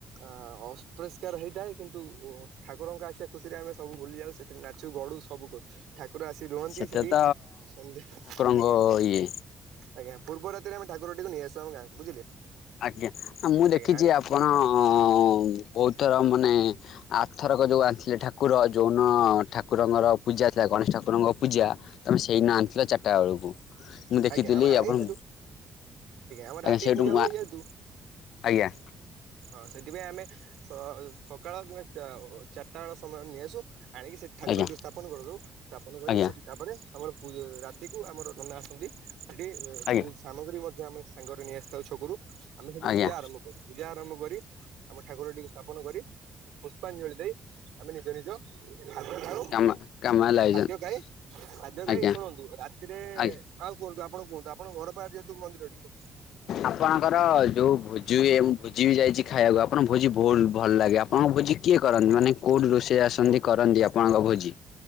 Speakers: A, on the right (about 85°); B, on the left (about 75°).
A: ଆ ଅସପରିଷ୍କାର ହେଇଥାଏ କିନ୍ତୁ ଉଁ ଠାକୁରଙ୍କ ଆସି ଖୁସି ରେ ଆମେ ସବୁ ଭୁଲି ଯାଉ ସେଥିରେ ନାଚୁ ଗଡ଼ୁ ସବୁ କରୁ ଠାକୁର ଆସ ରୁହନ୍ତି
B: ସେଟା
A: ସେଠି
B: ତ
A: ସନ୍ଧ୍ୟା
B: ଠାକୁରଙ୍କ
A: ଆଜ୍ଞା।
B: ଇଏ
A: ଆଜ୍ଞା ପୂର୍ବ ରାତିରେ ଆମେ ଠାକୁର ଟିକୁ ନେଇ ଆସୁ ଆମ ଗାଁକୁ ବୁଝିଲେ?
B: ଆଜ୍ଞା ଆ ମୁଁ
A: ଆଜ୍ଞା
B: ଦେଖିଛି
A: ଆଣି
B: ଆପଣ। ଉଁ ବହୁତ ଥର ମାନେ ଆରଥରକ ଯୋଉ ଆଣିଥିଲେ ଠାକୁର ଯୋଉ ଦିନ ଠାକୁରଙ୍କର। ପୂଜା ଥିଲା ଗଣେଶ ଠାକୁରଙ୍କ ପୂଜା ତମେ ସେଇଦିନ ଆଣିଥିଲ ଚାରିଟା ବେଳକୁ। ମୁଁ ଦେଖିଥିଲି
A: ଆଜ୍ଞା ଆମେ ଆଣି
B: ଆପଣ
A: ସେଠୁ ଆମ
B: ଆଜ୍ଞା
A: ରାତି
B: ସେଇଠୁ
A: ପୂଜା
B: ମୁଁ
A: ହୁଏ
B: ଆ
A: ଯେହେତୁ
B: ଆଜ୍ଞା।
A: ହଁ ସେଥିପାଇଁ ଆମେ ସ-ସକାଳ କିମ୍ବା ଚା ଅ ଚାରଟା ବେଳ ସମୟ ନେଇ ଆସୁ। ଆଣିକି ସେଠି ଠାକୁର
B: ଆଜ୍ଞା
A: ଟି କୁ ସ୍ଥା ପନ କରିଦଉ ସ୍ଥାପନ କରି
B: ଆଜ୍ଞା
A: ସେଠି ତାପରେ ଆମର ଇଏ ରାତିକୁ ଆମର ନନା ଆସନ୍ତି। ସେଠି ଅ
B: ଆଜ୍ଞା
A: ସବୁ ସାମଗ୍ରୀ ମଧ୍ୟ ଆମେ ସାଙ୍ଗରେ ନେଇ ଆସିଥାଉ ଛକରୁ ଆମେ ସେଠି
B: ଆଜ୍ଞା
A: ପୂଜା ଆରମ୍ଭ କରୁ ପୂଜା। ଆରମ୍ଭ କରି ଆମେ ଠାକୁରଟିକୁ ସ୍ଥାପନ କରି ଉ ପୁଷ୍ପାଞ୍ଜଳି ଦେଇ ଆମେ ନିଜ ନିଜ। ଖାଦ୍ୟ ଖାଉ।
B: କାମ କାମ ଲାଗିଛନ୍ତି
A: ଖାଦ୍ୟ ଖାଇ ଖାଦ୍ୟ
B: ଆଜ୍ଞା
A: ଖାଇ ଶୁଣନ୍ତୁ ରାତିରେ।
B: ଆଜ୍ଞା
A: ଆଉ କୁହନ୍ତୁ ଆପଣ କୁହନ୍ତୁ ଆପଣଙ୍କ ଘର ପାଖରେ ଯେହେତୁ ମନ୍ଦିରଟି କୁହ।
B: ଆପଣଙ୍କର ଯୋଉ ଭୋଜି ହୁଏ ମୁଁ ଭୋଜି ବି ଯାଇଛି ଖାଇବାକୁ ଆପଣଙ୍କ ଭୋଜି ବହୁତ ଭଲ ଲାଗେ ଆ ଆପଣଙ୍କ ଭୋଜି କିଏ କରନ୍ତି ମାନେ କୋଉଠୁ ରୋଷେଇୟା ଆସନ୍ତି କରନ୍ତି ଆପଣଙ୍କ ଭୋଜି?